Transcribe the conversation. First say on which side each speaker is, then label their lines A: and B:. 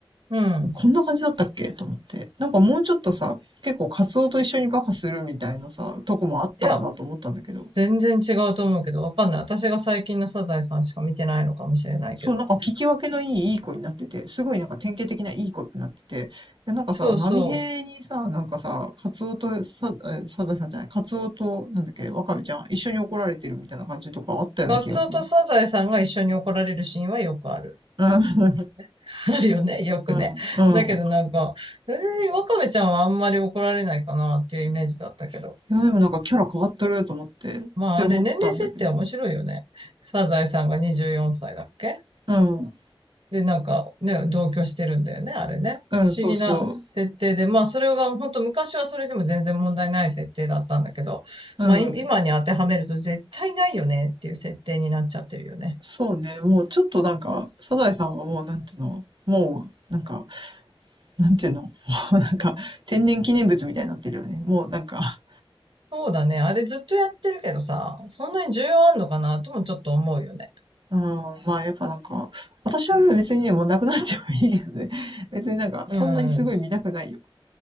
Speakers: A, on the right (about 80°); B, on the right (about 60°).
A: うん。
B: こんな感じだったっけと思って。なんかもうちょっとさ、結構カツオと一緒にバカするみたいなさ、とこもあったかなと思ったんだけど、
A: いや、全然違うと思うけど、わかんない。私が最近のサザエさんしか見てないのかもしれないけど。
B: そうなんか聞き分けのいいいい子になってて、すごいなんか典型的ないい子ってなってて、なんかさ、
A: そうそう。
B: 波平にさ、なんかさ、カツオとさ、サザさんじゃない、カツオと、なんだっけ、ワカメちゃん、一緒に怒られてるみたいな感じとかあったような気がする。
A: ガツオとサザエさんが一緒に怒られるシーンはよくある。
B: うん、
A: <laughs> あるよね、よくね。
B: うん、うん。
A: だけどなんか、えー、ワカメちゃんはあんまり怒られないかなっていうイメージだったけど。
B: いや、でもなんかキャラ変わってると思って、って思ったんだけど。
A: まああれ、年齢設定面白いよね。サザエさんが24歳だっけ
B: うん。
A: で、なんかね、同居してるんだよね、あれね。
B: うん、
A: 不思議な設定で、
B: そうそう。
A: まあそれが本当昔はそれでも全然問題ない設定だったんだけど、
B: うん。
A: まあい今に当てはめると絶対ないよねっていう設定になっちゃってるよね。
B: そうね。もうちょっとなんか、サザエさんはもうなんていうのもう、なんか、なんていうの <laughs> もうなんか、天然記念物みたいになってるよね。もうなんか、
A: そうだね。あれずっとやってるけどさ、そんなに重要あんのかなともちょっと思うよね。
B: うん。まあやっぱなんか、私は別にね、もうなくなってもいいけどね。<laughs> 別になんか、
A: うん。
B: そんなにすごい見たくないよ。